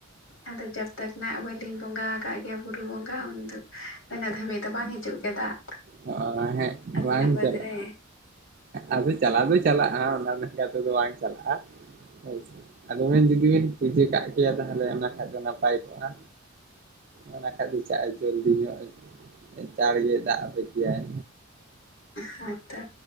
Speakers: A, on the left; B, on the right.
A: ᱟᱫᱚ ᱡᱟᱵᱛᱟᱠ ᱵᱟᱞᱤᱧ ᱵᱚᱸᱜᱟ ᱟᱠᱟᱫ ᱜᱮᱭᱟ ᱵᱩᱨᱩ ᱵᱚᱸᱜᱟ ᱚᱱᱛᱮ ᱫᱚ ᱩᱱᱟᱹᱜ ᱫᱷᱟᱹᱵᱤᱡ ᱫᱚ ᱵᱟᱝ ᱦᱤᱡᱩᱜ ᱜᱮᱭᱟ ᱫᱟᱜ
B: ᱚ ᱦᱮᱸ
A: ᱟᱹᱞᱤᱧᱟᱜ
B: ᱵᱟᱝ
A: ᱵᱟᱹᱫᱽ
B: ᱪᱟᱞᱟᱜᱼᱟ
A: ᱨᱮ
B: ᱟᱫᱚ ᱪᱟᱞᱟᱜᱣ ᱫᱚ ᱪᱟᱞᱟᱜᱼᱟ ᱚᱱᱟ ᱞᱮᱠᱟ ᱛᱮᱫᱚ ᱵᱟᱝ ᱪᱟᱞᱟᱜᱼᱟ ᱟᱪᱷᱟ ᱟᱫᱚ ᱵᱤᱱ ᱡᱩᱫᱤ ᱵᱤᱱ ᱤᱡᱟᱹ ᱠᱟᱜ ᱠᱮᱭᱟ ᱛᱟᱦᱚᱞᱮ ᱚᱱᱟ ᱠᱷᱟᱱ ᱫᱚ ᱱᱟᱯᱟᱭ ᱠᱚᱜᱼᱟ ᱚᱱᱟ ᱠᱷᱟᱱ ᱫᱚ ᱪᱟᱜ ᱡᱚᱞᱫᱤ ᱧᱚᱜ ᱪᱟᱲ ᱜᱮ ᱫᱟᱜ ᱟᱯᱮ ᱠᱮᱭᱟᱭ
A: ᱦᱮᱸ ᱛᱚ